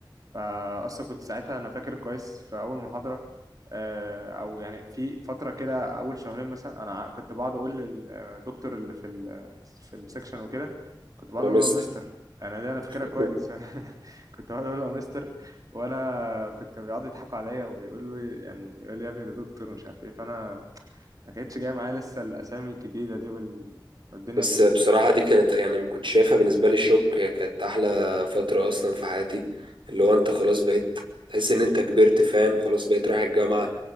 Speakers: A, on the right (about 45°); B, on the right (about 80°).
A: فأصلا كنت ساعتها أنا فاكر كويس في أول محاضرة آه، أو يعني في فترة كده أول شهرين مثلا أنا كنت بقعد أقول للدكتور اللي في ال في السكشن وكده كنت بقعد
B: يا
A: أقول
B: مستر
A: له يا مستر أنا دي أنا فاكرها
B: <laughs>
A: كويس <laughs> كنت بقعد أقول له يا مستر وأنا كنت كانوا بيقعدوا يضحكوا عليا ويقول لي يعني يقول لي يا ابني ده دكتور ومش عارف إيه فأنا ما كانتش جايه معايا لسه الاسامي الجديده دي وال... والدنيا
B: بس
A: الجديده
B: بصراحة دي كانت يعني ما كنت شايفها بالنسبة لي شوك هي كانت أحلى فترة أصلا في حياتي اللي هو أنت خلاص بقيت تحس إن أنت كبرت فاهم خلاص بقيت رايح الجامعة